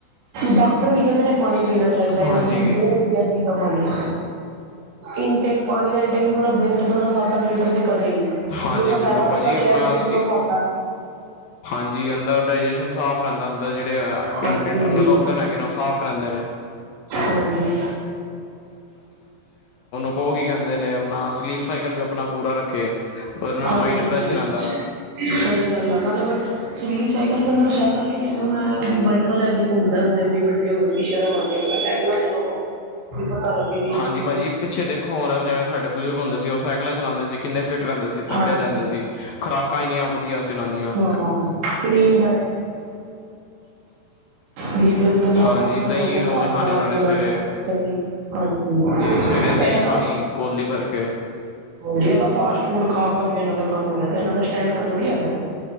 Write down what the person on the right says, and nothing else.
ਡਾਕਟਰ ਵੀ ਕਹਿੰਦੇ ਨੇ ਪਾਣੀ ਪੀਣਾ ਚਾਹੀਦਾ
ਈਵਨ ਕਿ ਬਹੁਤ ਵਧੀਆ ਚੀਜ਼ ਹੈ ਪਾਣੀ ਇਨਟੇਕ ਪਾਣੀ ਦਾ ਇਨਟੇਕ ਮਤਲਬ ਦਿਨ ਚ ਬੰਦਾ ਸੱਤ ਅੱਠ ਲੀਟਰ ਤੇ ਕਰੇ ਹੀ
ਵੀ ਉਹਦਾ
ਫਾਇਦਾ
ਪੂਰਾ
ਚਿਹਰੇ ਤੇ
ਗਲੋਂ ਆਉਂਦਾ।
ਹਾਂਜੀ
ਹਾਂਜੀ।
ਹਾਂਜੀ
ਸਹੀ ਗੱਲ ਆ ਨਾਲੇ ਬ ਸ਼ਲੀਰ ਸਾਈਕਲ ਬੰਦਾ ਮੈਂ ਸਾਈਕਲ ਵੀ ਕ ਮੈਂ ਵੀ ਬਾਈਕਾਂ ਲੈ ਕੇ ਘੁੰਮਦਾ ਹੁੰਦੇ ਬਈ ਵੱ ਓ ਵੀ ਸ਼ਰਮਉਂਦੀ ਮੈਂ ਕਿਹਾ ਸਾਈਕਲਾ ਚਓ ਵੀ ਪਤਾ ਲੱਗੇ ਵੀ
ਹਾਂਜੀ
ਹਾਂ ਕਲੀਨ ਡ ਦੀਪ ਗੱਲਾ
ਮੱਖਣ
ਖਾਦਾ
ਘਰ
ਦਾ
ਕੱਡਿਆ।
ਦ ਹਾਂਜੀ
ਤਾਂ
ਜੇ ਤਾਂ ਫਾਸਟ ਫੂਡ ਖਾ- ਖਾ ਕੇ ਇਹਨਾਂ ਦਾ ਕੰਮ ਹੋਇਆ ਇਹਨਾਂ ਦਾ ਸਟੈਮੀਨਾ ਥੋੜੀ ਹੈਗਾ।